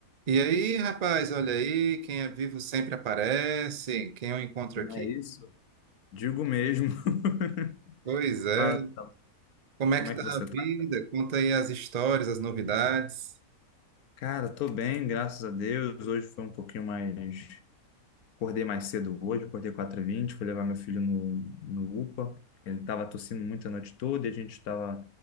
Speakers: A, on the right; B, on the left.
A: E aí, rapaz, olha aí, quem é vivo sempre aparece, quem eu encontro
B: Não
A: aqui.
B: é isso? Digo mesmo. <laughs>
A: Pois é,
B: Fala, Gustavo.
A: como é
B: Como
A: que
B: é
A: tá
B: que você
A: a
B: tá?
A: vida? Conta aí as histórias, as novidades.
B: Cara, tô bem, graças a Deus. Hoje foi um pouquinho mais. Acordei mais cedo hoje, acordei quatro h 20 fui levar meu filho no, no UPA. Ele tava tossindo muito a noite toda e a gente estava